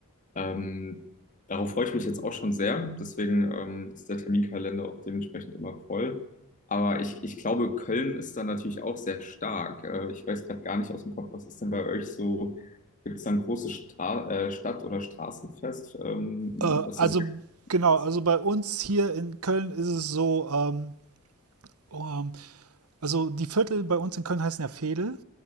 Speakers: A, on the left (about 35°); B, on the right (about 80°).
A: Ähm, darauf freue ich mich jetzt auch schon sehr. Deswegen ähm, ist der Terminkalender auch dementsprechend immer voll. Aber ich, ich glaube, Köln ist da natürlich auch sehr stark. Äh, ich weiß gerade gar nicht aus dem Kopf, was ist denn bei euch so? Gibt es da ein großes Stra äh, Stadt- oder Straßenfest, ähm, was
B: Äh, also
A: so sehr
B: genau,
A: ist?
B: also bei uns hier in Köln ist es so, ähm, ähm, Also die Viertel bei uns in Köln heißen ja Veedel